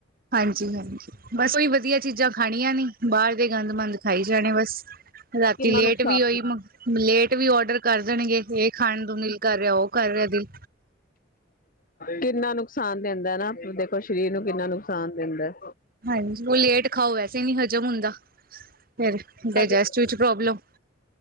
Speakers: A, on the right (about 50°); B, on the left (about 45°).
A: ਹਾਂਜੀ-ਹਾਂਜੀ, ਬਸ ਓਹੀ ਵਧੀਆ ਚੀਜ਼ਾਂ ਖਣੀਆਂ ਨੀ, ਬਾਹਰ ਦੇ ਗੰਦ-ਮੰੰਦ ਖਾਈ ਜਾਣੇ ਬਸ। ਰਾਤੀ
B: ਕਿੰਨਾ
A: ਲੇਟ
B: ਨੁਕਸਾਨ
A: ਵੀ ਓਹੀ ਲੇਟ ਵੀ ਔਡਰ ਕਰ ਦੇਣਗੇ, ਇਹ ਖਾਣ ਨੂੰ ਦਿਲ ਕਰ ਰਿਹਾ, ਉਹ ਕਰ ਰਿਹਾ ਦਿਲ।
B: ਕਿੰਨਾ ਨੁਕਸਾਨ ਦਿੰਦਾ ਨਾ, ਦੇਖੋ ਸਰੀਰ ਨੂੰ ਕਿੰਨਾ ਨੁਕਸਾਨ ਦਿੰਦਾ।
A: ਹਾਂਜੀ, ਉਹ ਲੇਟ ਖਾਓ ਵੈਸੇ ਨੀ ਹਜ਼ਮ ਹੁੰਦਾ, ਫੇਰ ਡਾਇਜੈਸਟ
B: ਹਜੇ
A: ਵਿੱਚ ਪ੍ਰੋਬਲਮ